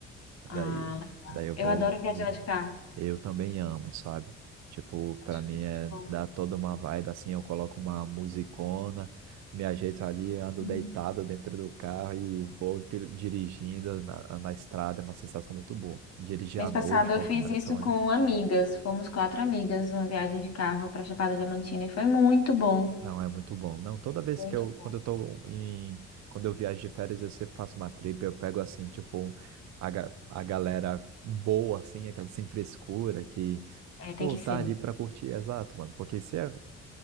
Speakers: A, on the right (about 55°); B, on the left (about 50°).
A: Daí,
B: Ah,
A: daí eu
B: eu
A: vou.
B: adoro viajar de carro.
A: Eu também amo, sabe? Tipo, pra
B: Acho
A: mim
B: muito
A: é dar toda uma vibe assim, eu coloco uma musicona, me ajeito ali, ando
B: bom.
A: deitado dentro do carro e vou pil- dirigindo na, na estrada, é uma sensação muito boa. Dirigir
B: Mês
A: à noite,
B: passado
A: colocar
B: eu fiz
A: uma eletrônica.
B: isso com amigas. Fomos quatro amigas, uma viagem de carro para Chapada Diamantina e foi muito bom.
A: Não, é muito bom. Não, toda vez
B: Muito
A: que eu,
B: bom.
A: quando eu tô em, quando eu viajo de férias, eu sempre faço uma trip, eu pego assim, tipo, a, ga- a galera boa, assim, aquela sem frescura, que
B: É, tem
A: Pô,
B: que
A: tá
B: ser
A: ali pra curtir, exato, mano. Porque se é...